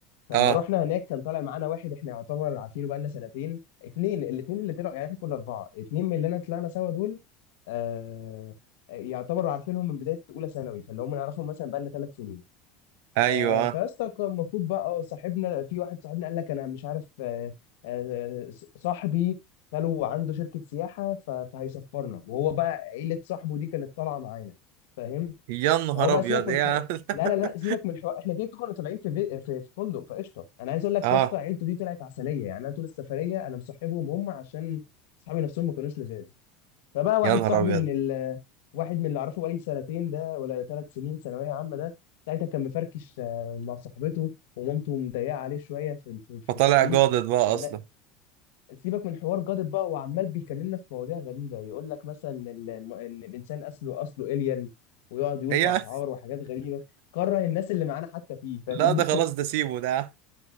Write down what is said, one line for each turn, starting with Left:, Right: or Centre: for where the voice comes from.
Left: فلما
Right: اه
Left: رحنا هناك كان طالع معانا واحد احنا يعتبر عارفينه بقالنا سنتين اتنين الاتنين اللي طلعوا يعني احنا كنا اربعه اتنين من اللي انا طلعنا سوا دول آه يعتبروا عارفينهم من بدايه اولى ثانوي فاللي هم نعرفهم مثلا بقالنا ثلاث سنين
Right: ايوه
Left: آه، فيسطا كان المفروض بقى آه، صاحبنا في واحد صاحبنا قال لك انا مش عارف آه، آه، صاحبي خاله عنده شركة سياحة ف- فهيسفرنا وهو بقى عيلة صاحبه دي كانت طالعة معانا فاهم
Right: يا نهار
Left: فهو بقى
Right: ابيض
Left: سيبك من
Right: ايه
Left: الحوار
Right: يا عم <laughs>
Left: لا لا لا سيبك من الحوار احنا كده كده كنا طالعين في في في فندق فقشطه انا عايز اقول لك
Right: اه
Left: يا اسطى عيلته دي طلعت عسليه يعني انا طول السفريه انا مصاحبهم هم عشان صحابي نفسهم ما كانوش لذاذ فبقى واحد
Right: يا نهار
Left: صاحبي
Right: ابيض
Left: من ال واحد من اللي اعرفه بقالي سنتين ده ولا ثلاث سنين ثانويه عامه ده ساعتها كان مفركش آه، مع صاحبته ومامته مضيقه عليه شويه في ال- في في
Right: فطالع
Left: الفلوس
Right: جادد بقى
Left: انا
Right: اصلا
Left: سيبك من حوار جادب بقى هو عمال بيكلمنا في مواضيع غريبه يقول لك مثلا ان ال- إن الانسان اصله اصله الين ويقعد يقول
Right: ايه
Left: في
Right: يا عم؟
Left: اشعار وحاجات غريبه كره الناس اللي معانا حتى فيه فاهم
Right: لا ده خلاص ده سيبه ده يا عم.